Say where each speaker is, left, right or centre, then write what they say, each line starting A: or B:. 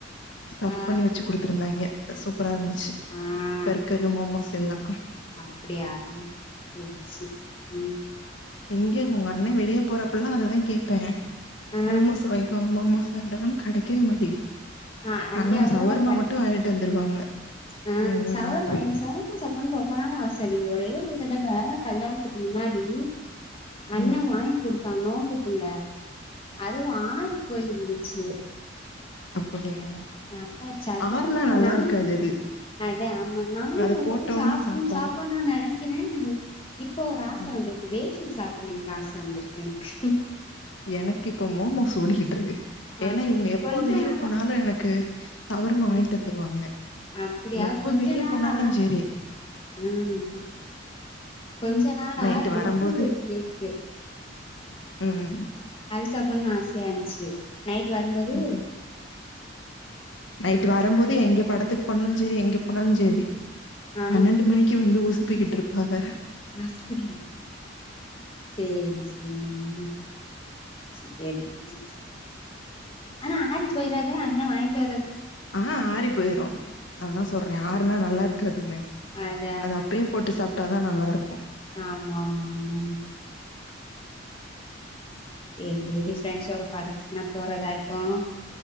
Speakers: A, on the left (about 75°); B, on the left (about 30°).
A: ஸ்டப்
B: ஆ
A: பண்ணி வச்சு குடுத்துருந்தாய்ங்க சூப்பரா இருந்துச்சு
B: ஆ
A: பர்க்கரு மோமோஸ் எல்லா
B: அப்டியா சேரிச்சே ம்
A: எங்கே உங்க அண்ணே வெளியேப் போறப்பல்லா அததாங் கேப்பே
B: ஆ
A: மோமோஸ் வாய்ன்ட்டுவாங் மோமோஸ் வாய்ன்ட்டுவானு கெடைக்கவே மாட்டிகிது
B: ஆ அங்க
A: ஆனா
B: அவ்வளவா
A: சவர்மா மட்டு வாய்ன்ட்டு வந்துருவாங்க
B: அ
A: ம்
B: சவர்மா எனக்கு சவர்மா சாப்புன் ரொம்ப நாளா ஆச தனி ஒரே ஒரு தடவ கல்யாண்த்துக்கு முன்னாடி
A: ஆ
B: அண்ணே வாய்ங் குடுத்தாங்க கோம்புக்குள்ள அதுவு ஆய்ப் போயிந்துச்சி
A: அப்படியா
B: நா அத்தாச்சு அதுக்கப்றோ
A: ஆறுனா
B: நாங்க
A: நல்லா
B: நான்
A: இருக்காது அது
B: அதே ஆமா நானு
A: அத
B: அப்பப்போ
A: போட்டோனே
B: சாப்புன்னு
A: சாப்ட்டாதா
B: சாப்புன்னுன் நெனைக்கிறே இப்போ ஒரு ஆச
A: ம்
B: வந்திருக்கு வேஃபு சாப்புன்னுங்குற ஆச வந்திருக்கு எனக்கு
A: எனக்கு இப்ப மோமோஸ் ஒடிகிட்ருக்கு ஏனா
B: அ
A: இவுங்க எப்போ
B: கொஞ்ச
A: வெளியேப்
B: நாளா
A: போனாலு எனக்கு சவர்மா வாய்ன்ட்டு
B: ம்
A: வந்துருவாங்க
B: அப்டியா
A: எப்போ
B: கொஞ்ச
A: வெளிய
B: நாளா
A: போனாலு செரி
B: ம் கொஞ்ச நாளா
A: நைட்டு
B: வெஜ்ஜூலக்
A: வரம்போது
B: கேக்கு
A: ம் ம் ம்
B: அது சாப்புன்னு ஆசையான்ச்சு நைட்டு வரும்போது
A: ம் நைட்டு வரம்போது எங்கப் படத்துக்கு போனாலுஞ் செரி எங்கப் போனாலுஞ் செரி
B: ஆ
A: பன்னெண்டு மணிக்கு வந்து உசுப்பிகிட்ருப்பாக
B: அப்டிங் சேரி சேரிங்மா சேரிமா ஆனா ஆறிப் போயறாது அண்ண வாய்ன்ட்டு வர
A: ஆ ஆறிப் போயிரு அதா சொர்றே ஆருனா நல்லாருக்காதுன்னு
B: அத
A: அது அப்பயேப் போட்டு சாப்டாதா நல்லாருக்கு
B: ஆமா மாங் சேரி வெளி ஃப்ரெண்ட்ஸோடப் படத்துக்னாப் போறதா இப்போ